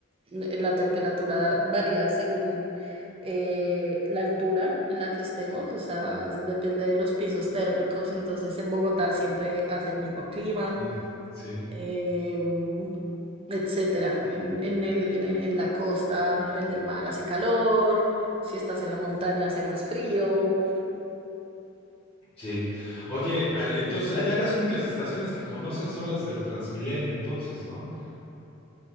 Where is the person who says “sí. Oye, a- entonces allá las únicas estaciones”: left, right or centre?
Left